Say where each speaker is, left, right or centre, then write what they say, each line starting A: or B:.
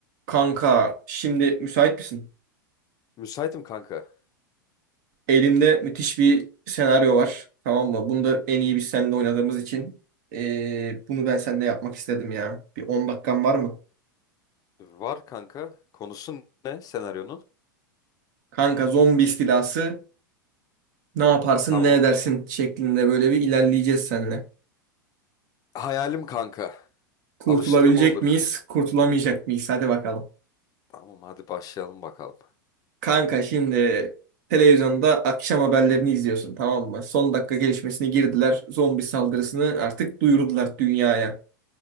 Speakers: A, on the right (about 55°); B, on the left (about 35°).
A: Kanka şimdi müsait misin?
B: Müsaitim kanka.
A: Elimde müthiş bir senaryo var. Tamam mı? Bunu da en iyi biz seninle oynadığımız için eee, bunu ben seninle yapmak istedim ya. Bir 10 dakikan var mı?
B: Var kanka. Konusu ne senaryonun?
A: Kanka zombi istilası ne yaparsın
B: Tamam.
A: ne edersin şeklinde böyle bir ilerleyeceğiz seninle.
B: Hayalim kanka.
A: Kurtulabilecek
B: Alıştırma olur.
A: miyiz? Kurtulamayacak mıyız? Hadi bakalım.
B: Tamam hadi başlayalım bakalım.
A: Kanka şimdi televizyonda akşam haberlerini izliyorsun tamam mı? Son dakika gelişmesini girdiler. Zombi saldırısını artık duyurdular dünyaya.